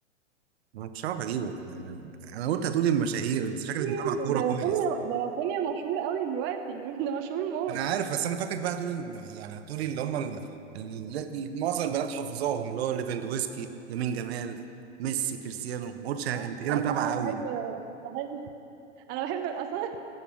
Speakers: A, on the right; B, on the right.
A: ما كنتش عارف اجيبه يعني انا قلت هتقولي المشاهير انت شكلك
B: ايه
A: متابع كوره
B: ده
A: كويس
B: رافينيا ده رافينيا مشهور قوي دلوقتي <laughs> ده مشهور موت
A: انا عارف بس انا فاكرك بقى هتقولي ال- يعني هتقولي اللي هم ال- ال- ال- معظم البنات حافظاهم اللي هو ليفاندوفسكي يمين جمال ميسي كريستيانو ما قلتش ه-
B: اه
A: انت كده
B: لا
A: متابع
B: اصل انا بحب
A: قوي
B: بحب <laughs> انا بحب اصلا <laughs>